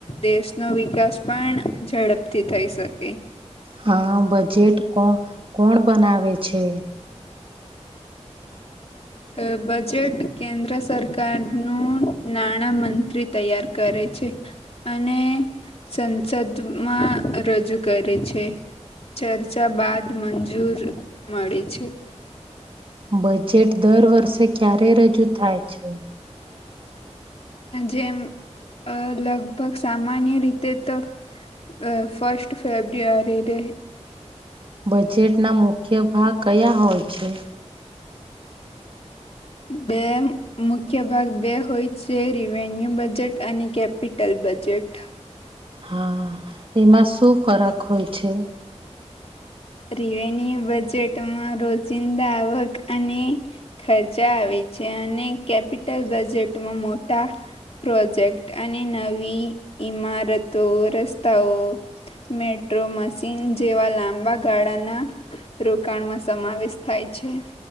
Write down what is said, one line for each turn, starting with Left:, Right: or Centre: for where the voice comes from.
Left: દેશનો વિકાસ પણ ઝડપ થી, થઈ શકે.
Right: હા, બજેટ કો કોણ બનાવે છે.
Left: ફિર બજેટ કેન્દ્ર સરકારનું નાણાામંત્રી, તૈયાર કરે. અને સંસદમાં રજૂ કરે છે. ચર્ચા બાદ મંજૂર મળે છે.
Right: બજેટ દર વર્ષે ક્યારે, રજૂ થાય છે
Left: જેમ અ લગભગ સામાન્ય, રીતે તો અ ફસ્ટ ફેબ્રુઆરી ડે
Right: બજેટના મુખ્ય ભાગ કયા હોય છે.
Left: બે મુખ્ય ભાગ બે હોય છે, રવેન્યુ બજેટ અને કેપિટલ. બજેટ
Right: હા, એમાં શું ફરક હોય છે
Left: રિવેન્યુ બજેટમાં રોજિંદા આવક અને ખર્ચા આવે અને કેપિટલ બજેટમાં, મોટા પ્રોજેક્ટ અને નવી ઈમારતો, રસ્તાઓ મેટ્રો મશીન જેવા લાંબા ગાળા ના રોકાણમાં સમાવેશ થાય છે.